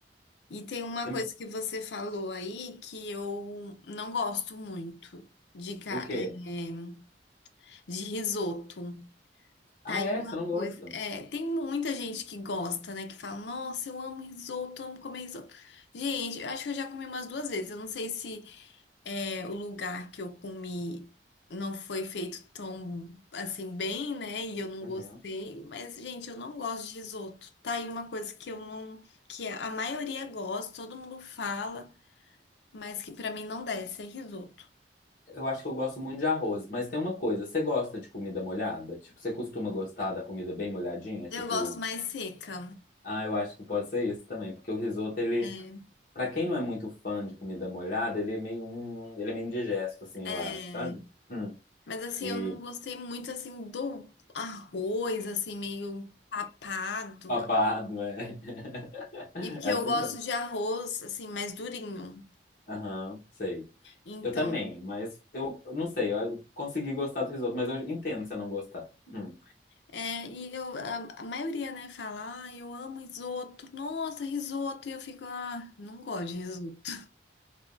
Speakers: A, on the left (about 80°); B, on the left (about 50°).
A: E tem uma
B: Você-
A: coisa que você falou aí que eu não gosto muito de, ca-
B: o quê?
A: é, de risoto.
B: Ah,
A: Tá aí
B: é?
A: uma
B: Você não gosta?
A: coisa. É, tem muita gente que gosta, né? Que fala, nossa, eu amo risoto, amo comer risoto. Gente, eu acho que eu já comi umas duas vezes. Eu não sei se é, o lugar que eu comi não foi feito tão assim bem, né? E eu não
B: Uhum.
A: gostei. Mas, gente, eu não gosto de risoto. Tá aí uma coisa que eu não. Que a maioria gosta, todo mundo fala, mas que pra mim não desce, é risoto.
B: Eu acho que eu gosto muito de arroz, mas tem uma coisa, você gosta de comida molhada? Tipo, você costuma gostar da comida bem molhadinha?
A: Eu
B: Tipo,
A: gosto mais seca.
B: ah, eu acho que pode ser isso também, porque o risoto, ele,
A: É.
B: pra quem não é muito fã de comida molhada, ele é meio, hum, ele é meio indigesto, assim,
A: É.
B: eu acho, sabe? Hum.
A: Mas assim,
B: E
A: eu não gostei muito assim do arroz, assim, meio papado.
B: papado, é. <laughs>
A: E porque
B: É assim
A: eu gosto
B: mesmo.
A: de arroz, assim, mais durinho.
B: Aham, sei.
A: Então,
B: Eu também, mas eu, eu não sei, eu consegui gostar do risoto, mas eu entendo se eu não gostar. Hum.
A: é, e eu, a, a maioria, né, fala, ah, eu amo risoto. Nossa, risoto. E eu fico, ah, não gosto de risoto.